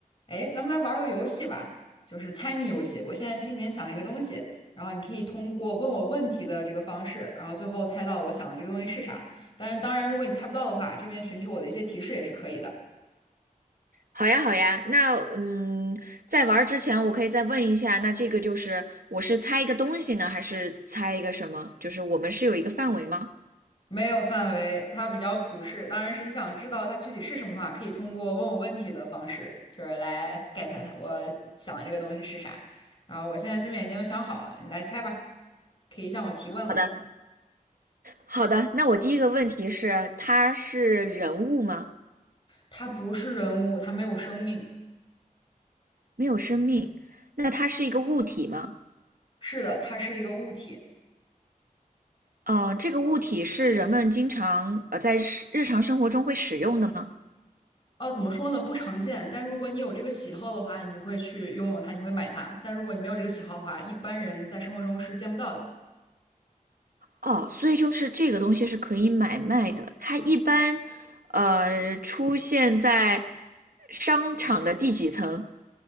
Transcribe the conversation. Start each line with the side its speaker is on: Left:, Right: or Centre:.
Left: 哎，咱们来玩儿个游戏吧，就是猜谜游戏。我现在心里面想一个东西，然后你可以通过问我问题的这个方式，然后最后猜到我想的这个东西是啥。但是当然，如果你猜不到的话，这边寻求我的一些提示也是可以的。
Right: 好呀，好呀，那嗯，在玩儿之前，我可以再问一下，那这个就是我是猜一个东西呢，还是猜一个什么？就是我们是有一个范围吗？
Left: 没有范围，它比较普适。当然是你想知道它具体是什么的话，可以通过问我问题的方式，就是来 get 它我想的这个东西是啥。然后我现在心里面已经想好了，你来猜吧，可以向我提问了。
Right: 好的，好的，那我第一个问题是，它是人物吗？
Left: 它不是人物，它没有生命。
Right: 没有生命，那它是一个物体吗？
Left: 是的，它是一个物体。
Right: 嗯、呃这个物体是人们经常呃在日日常生活中会使用的吗？
Left: 哦，怎么说呢？不常见，但如果你有这个喜好的话，你会去拥有它，你会买它。但如果你没有这个喜好的话，一般人在生活中是见不到的。
Right: 哦，所以就是这个东西是可以买卖的，它一般呃出现在商场的第几层？